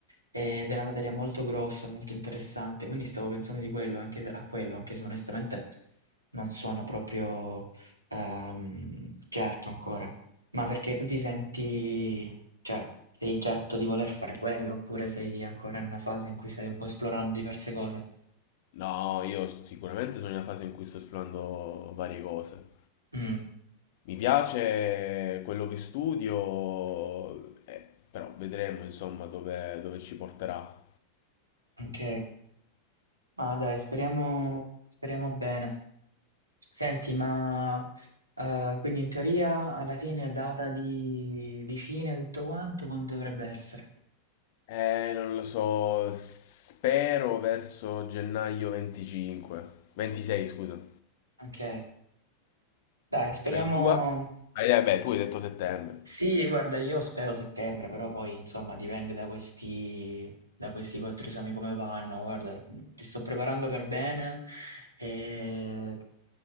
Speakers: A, on the right; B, on the left.
A: ed è una materia molto grossa, molto interessante, quindi stavo pensando di quello, anche a quello, anche se onestamente non sono proprio ehm, certo ancora. Ma perché tu ti senti, cioè, sei certo di voler fare quello, oppure sei ancora in una fase in cui stai un po' esplorando diverse cose?
B: No, io sicuramente sono in una fase in cui sto esplorando varie cose.
A: Mm,
B: Mi piace quello che studio, eh, però vedremo insomma dove, dove ci porterà.
A: ok. Ma dai, speriamo, speriamo bene. Senti, ma eh, quindi in teoria alla fine è data di, di fine tutto quanto, quando dovrebbe essere?
B: Eh, non lo so, spero verso gennaio 25, 26 scusa.
A: Ok. Dai, speriamo.
B: E la tua? Ah, eh, beh, tu hai detto settembre.
A: Sì, guarda, io spero settembre, però poi insomma dipende da questi, da questi quattro esami come vanno. Guarda, mh, li sto preparando per bene e